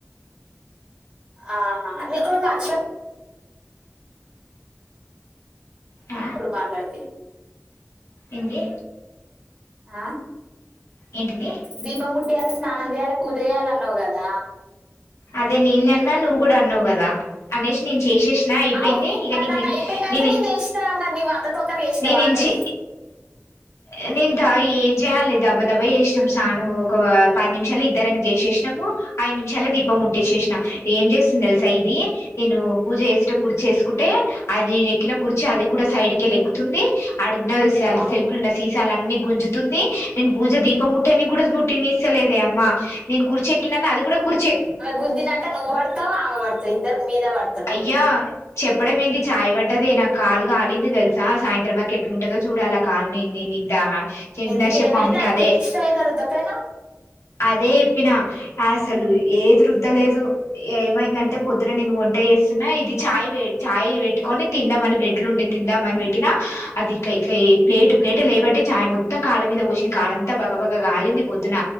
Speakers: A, on the right; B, on the left.
A: ఆహాహా నువ్ నువ్ నార్షా
B: ఆ
A: ఇప్పుడు మాట్లాడితివి
B: ఏంది
A: ఆ
B: ఏంటిది
A: దీపం ముట్టియాలి స్నానం చేయాలి పూజ చేయాలి అన్నావు గాదా
B: అదే నేను అన్న నువ్వు గూడా అన్నావ్ గాదా అనేసి నేను చేసేసిన అయిపోయింది
A: అవును
B: ఇగ
A: మరి నాకు అయిపోయినాక
B: నీ
A: నేను చేసిన మరి నీవు అంత తొందరగా చేసినవా
B: నీ నుంచి
A: అని
B: అ నేనుంత ఏం చేయాలి దబ్బా దబ్బా చేసినాము స్నానము ఒక పది నిమిషాలు ఇద్దరంగా చేసేసినాము ఐదు నిమిషాల దీపం మట్టిసేసిన ఏం చేసింది తెలుసా ఇది నేను పూజ చేసేటప్పుడు కుర్చీ వేసుకుంటే అది నే ఎక్కిన కుర్చీ అది కూడా సైడ్కేలెక్కుతుంది ఆడ ఉన్నది సెల్
A: వామ్మో
B: సెల్ఫల్ ఉనాయి సీసాలు అన్ని గుంజుతుంది నేను పూజ దీప ముట్టనే అని కూడా ముట్టినిస్తలేదే అమ్మా నేను కుర్చి ఎక్కిననా అది కూడా కుర్చే
A: గుద్దినంక నువ్వు పడతవు ఆమె పడతాయ్ ఇద్దరు మీద పడతారు
B: య్యా చెప్పడం ఎంది చాయ పడ్డది నాకు కాలుకాలింది తెలుసా సాయంత్రం వరకు ఎట్లుంటదో చూడాల కాలనిని నింటా ఇందాసేపు
A: ఎందుకు ఏమైంది
B: మమ్మకి
A: అది
B: అదే
A: పేస్ట్ ఏదో రుద్దపేను
B: అదే చెప్పినా అసలు ఏదీ రుద్దలేదు ఏమైందంటే పొద్దున నేను వ వంట చేేస్తున్నా ఇది చాయ్ చాయ్ పెట్టుకొని తిందాంమని బ్రెడ్లు ఉండి తిందాంమని పెట్టినా అది ట్ల ఇట్లాయే ప్లేటు ప్లేట్ లేబట్టే చాయ్ మొత్తం కాళ్ళ మీద పోసింది కాలంతా బగ బగ కాలింది పొద్దున